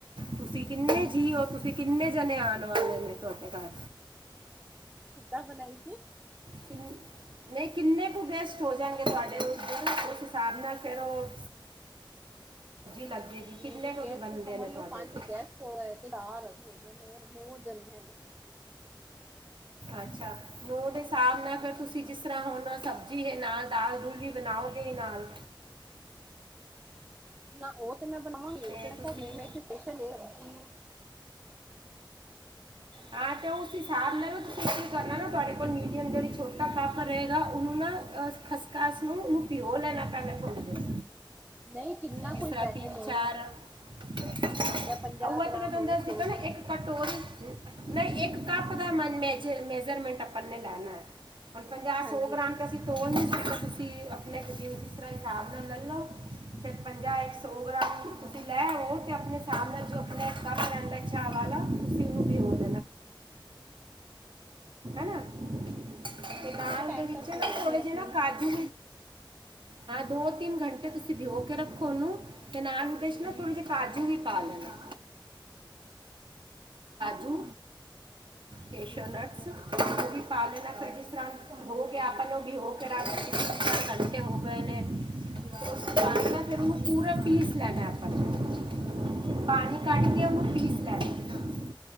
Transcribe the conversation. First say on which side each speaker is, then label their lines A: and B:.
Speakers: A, on the right; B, on the right.
A: ਤੁਸੀਂ ਕਿੰਨੇ ਜੀ ਹੋ ਤੁਸੀਂ ਕਿੰਨੇ ਜਣੇ ਆਉਣ ਵਾਲੇ ਨੇ ਤੁਹਾਡੇ ਘਰ
B: ਕਿੱਦਾਂ ਬਣਾਈ ਸੀ।
A: ਕਿੰਨ- ਨਹੀਂ ਕਿੰਨੇ ਕੁ ਗੈਸਟ ਹੋ ਜਾਣਗੇ ਤੁਹਾਡੇ ਉਸ ਹਿਸਾਬ ਨਾਲ ਫਿਰ ਉਹ ਲੱਗ ਜਾਏਗੀ ਕਿੰਨੇ
B: ਮੇਰੇ
A: ਕੁ
B: ਗੈਸਟ
A: ਬੰਦੇ
B: ਸਮਝ
A: ਨੇ ਤੁਹਾਡੇ
B: ਲਓ ਪੰਜ
A: ਤੇ
B: ਗੈਸਟ ਹੋ ਗਏ ਚਾਰ ਅਸੀਂ ਹੈਗੇ ਨ ਨੋ ਜਦੇ ਹੈਗੇ ਆ।
A: ਅੱਛਾ ਨੂੰਹ ਦੇ ਹਿਸਾਬ ਨਾਲ ਫਿਰ ਤੁਸੀਂ ਜਿਸ ਤਰ੍ਹਾਂ ਹੁਣ ਸਬਜ਼ੀ ਹੈ ਨਾਲ ਦਾਲ ਦੁਲ ਵੀ ਬਣਾਓ। ਦੇ ਨਾਲ
B: ਨਾ ਉਹ ਮੈਂ ਬਣਾਵਾਂਗੀ
A: ਤੇ
B: ਮੇਰੇ
A: ਤੁਸੀਂ
B: ਨਾਲ ਸਪੈਸ਼ਲ ਐ ਕੀ
A: ਹਾਂ ਅਤੇ ਉਸ ਹਿਸਾਬ ਨਾਲ ਨਾ ਤੁਸੀਂ ਕੀ ਕਰਨਾ ਨਾ ਤੁਹਾਡੇ ਕੋਲ ਮੀਡੀਅਮ ਜਿਹੜੀ ਛੋਟਾ ਪਾਪਰ ਰਹੇਗਾ ਉਹਨੂੰ ਨਾ ਖਸ ਸ ਨੂੰ ਉਹਨੂੰ ਪੀਓ ਲੈਣਾ ਪੈਣਾ ਥੋੜੀ ਦੇਰ
B: ਨਹੀਂ ਕਿੰਨਾ
A: ਜਿਸ
B: ਕੋਈ
A: ਤਰ੍ਹਾਂ
B: ਪੈਕੇਟ
A: ਤਿੰਨ
B: ਹੋਏ
A: ਚਾਰ ਉਹ
B: ਜਾਂ ਪੰਜਾਹ
A: ਤਾਂ
B: ਗ੍ਰਾਮ
A: ਮੈਂ ਤੁਹਾਨੂੰ
B: ਹੋਏ
A: ਦੱਸਦੀ
B: ਸੌ
A: ਨਾ
B: ਗ੍ਰਾਮ
A: ਇੱਕ ਕਟੋਰੀ ਨਹੀਂ ਇੱਕ ਕੱਪ ਦਾ ਮਨ ਮ ਮੇਜਰਮੈਂਟ ਆਪਾਂ ਨੇ ਲੈਣਾ ਹੈ। ਹੁਣ ਪੰਜਾਹ
B: ਹਾਂਜੀ
A: ਸੌ ਗ੍ਰਾਮ
B: ਹਾਂਜੀ
A: ਅਸੀਂ ਤੋਲ ਤੁਸੀਂ ਆਪਣੇ ਖ ਨੂੰ ਕਿਸ ਤਰ੍ਹਾਂ ਹਿਸਾਬ ਨਾਲ ਲੈ ਲਓ ਫੇ ਪੰਜਾਹ ਇੱਕ
B: ਹੂੰ
A: ਸੌ ਤੁਸੀਂ ਲੈ ਆਉ ਤੇ ਆਪਣੇ ਹਿਸਾਬ ਨਾਲ ਜੋ ਆਪਣਾ ਕਰਨ ਅੱਛਾਾ ਤੁਸੀਂ ਉਹਨੂੰ ਬ <unintelligible> ਹੈ ਨਾ, ਤੇ ਨਾਲ
B: ਕਿੰਨੇ
A: ਉਹਦੇ
B: ਟਾਈਮ
A: ਵਿੱਚ
B: ਤੱਕ
A: ਨਾ
B: ਭਿਗੋ
A: ਥੋੜੇ
B: ਕੇ ਰੱਖਣੀ
A: ਜਿਹੇ ਨਾ ਕਾਜੂ ਹਾਂ ਦੋ ਤਿੰਨ ਘੰਟੇ ਤੁਸੀਂ ਭਿਓ ਕੇ ਰੱਖੋ ਉਹਨੂੰ ਕ ਨਾਲ, ਨਾਲ ਥੋੜ ਜੇ ਕਾਜੂ ਵੀ, ਪਾ ਲੇਨਾ,
B: ਹਮ
A: ਕਾਜੂ, ਕੇਸ਼ੋਨਟਸ
B: ਹਾਂਜੀ
A: ਪਾਲਣਾ <unintelligible>
B: ਹਾਂਜੀ
A: ਆਪਾਂ ਨੂੰ ਵੀ ਹੋ ਕੇ ਘੰਟੇ ਹੋ ਗਏ ਨੇ ਫਿਰ ਉਹਨੂੰ ਪੂਰਾ ਪੀਸ ਲੈਣਾ ਆਪਾਂ ਨੂੰ
B: ਅੱਛਾ
A: ਪਾਣੀ
B: ਅੱਛਾ
A: ਕੱਢਦੀ ਉਹ ਪੀਸ <unintelligible>